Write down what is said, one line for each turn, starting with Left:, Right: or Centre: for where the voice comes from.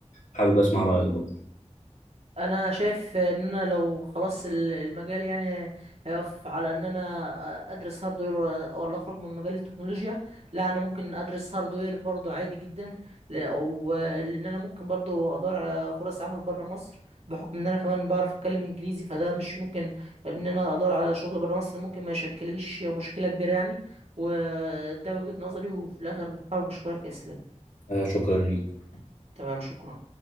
Left: حابب اسمع رايك برضه
Right: انا شايف ان انا لو خلاص ال- المجال يعني هيقف على ان انا ادرس هاردوير ولا ولا اخرج من مجال التكنولوجيا لا انا ممكن ادرس هاردوير برضو عادي جدا ل- ولان انا ممكن برضو ادور على فرص عمل بره مصر بحكم ان انا كمان بعرف اتكلم انجليزي فده مش ممكن ان انا ادور على شغل بره مصر ممكن ما يشكلليش مشكلة كبيرة يعني وده وجهة نظري وفي الاخر حابب اشكرك يا اسلام
Left: آه، شكرا ليك
Right: تمام شكرا